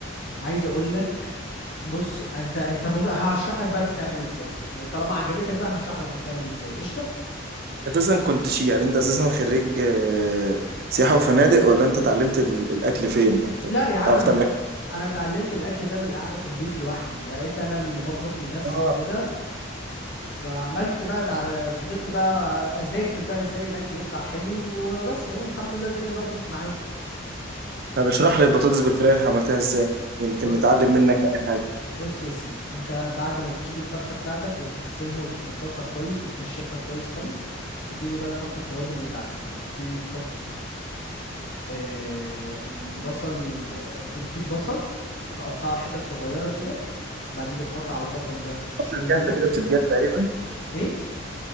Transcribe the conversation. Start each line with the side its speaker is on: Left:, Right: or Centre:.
Left: عايز اقول لك بص انت انت بص هشرح لك بقى بتتعمل ازاي طالما عجبتك بقى هشرح لك بتتعمل ازاي قشطه
Right: اساسا كنت شي يعني انت اساسا خريج آه، سياحه وفنادق ولا انت اتعلمت ال- الاكل فين انت
Left: لا يا عم
Right: تعرف
Left: انا
Right: تعمل
Left: ت-
Right: اكل
Left: انا اتعلمت الاكل ده من القعده في البيت لوحدي بقيت انا اللي بطبخ لنفسي
Right: اه
Left: وكده فعملت بقى تع... فضلت بقى اذاكر بقى ازاي الاكل يطلع حلو وبس هو الحمد لله الدنيا ظبطت معايا
Right: طب اشرح لي البطاطس بالفراخ عملتها ازاي يمكن
Left: بص
Right: نتعلم منك اي حاجه
Left: بص يا سيدي انت بعد ما بتجيب الفرخه بتاعتك وبتغسلها وبتنضفها كويس وتنشفها كويس خالص بتبتدي بقى تحط التوابل بتاعتك بتبتدي تحط آه، البصل وال... آه، بتجيب بصل تقطعه حتت صغيرة كده بعدين بتحط على البصل ده شوية
Right: الجاهزه
Left: زيت
Right: كده بتتجاب تقريبا
Left: ايه